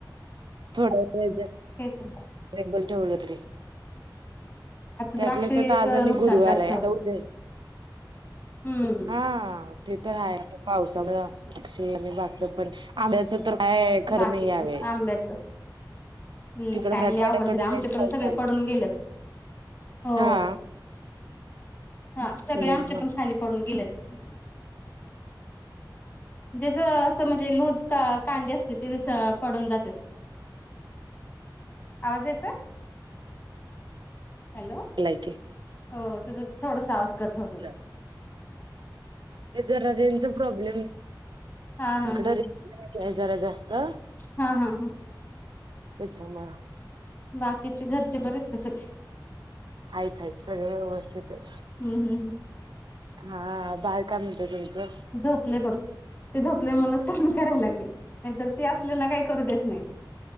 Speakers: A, on the right; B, on the left.
A: थोडं पाहिजे.
B: अच्छा,
A: लाईट बंद ठेवलं तरी
B: आता
A: त्यातलं
B: द्राक्षेच
A: त्यांत तर आज आणि
B: नुकसान
A: गुरुवार
B: जास्त
A: आहे
B: होते
A: आता उद्या
B: हम्म
A: हा. ते तर आहे आता पावसामुळे शेत, आणि बागच पण आंब्याचं तर काय खरं
B: बाकीचे
A: नाही या वेळ.
B: आंब्याच हम्म
A: तिकडं
B: काय
A: मराठवाड्याकडे
B: लय अवघड झालं आमचे
A: लईचं
B: पण
A: पाऊस
B: सगळे
A: चालू
B: पडून
A: आहे.
B: गेलेत हो
A: हा.
B: हा सगळे
A: लई
B: आमच्या
A: महाग
B: पण खाली पडून गेलेतं. त्याच म्हणजे लूजचं का कांडी असते तसं पडून जात्यातंय. आवाज येतोयं. हॅलो!
A: झालाय की
B: हो तुझं थोडं आवाज कट होतोयं.
A: म्हटलं ते जरा रेनचा प्रॉब्लेम,
B: हा हा
A: इकडं
B: हा
A: रे जरा जास्तं
B: हा हा हा.
A: त्याच्यामुळ
B: बाकीचे घरचे बरं का सगळे.
A: आहे ताई सगळे व्यवस्थित आहे.
B: हम्म हम्म
A: हा बाळ काय म्हणतंय तुमचं?
B: झोपलयं बघ. ते झोपल्या म्हणूनच काम करायला लागले, नाहीतर ते असल्या ना काही करू देत नाही.